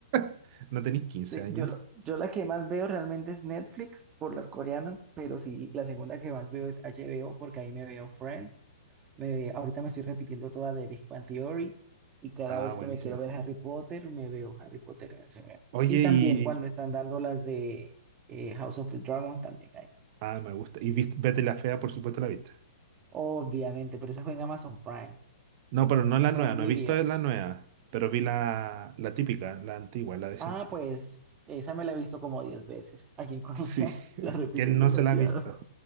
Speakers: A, on the right; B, on the right.
A: <laughs> no tenés 15
B: Sí,
A: años.
B: Yo, lo- yo la que más veo realmente es Netflix por las coreanas, pero sí, la segunda que más veo es HBO porque ahí me veo Friends. Me ve- ahorita me estoy repitiendo toda de Big Bang Theory y cada
A: Ah,
B: vez
A: buenísima.
B: que me quiero ver Harry Potter, me veo Harry Potter en HBO.
A: Oye,
B: Y también
A: y...
B: cuando están dando las de eh, House of the Dragon también hay.
A: Ah, me gusta. Y viste- Betty la Fea, por supuesto, la viste.
B: Obviamente, pero esa fue en Amazon Prime,
A: No, pero no la
B: en
A: nueva,
B: Prime
A: no
B: Video.
A: he visto la nueva, pero vi la, la típica, la antigua, la de siempre.
B: Ah, pues esa me la he visto como 10 veces. Aquí en Colombia
A: Sí, <laughs>
B: <laughs> la repiten
A: ¿quién
B: demasiado.
A: no se la ha visto?